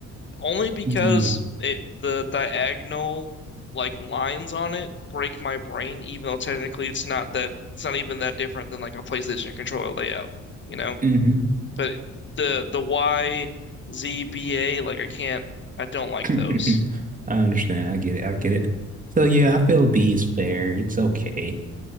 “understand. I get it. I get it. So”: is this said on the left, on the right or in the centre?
Right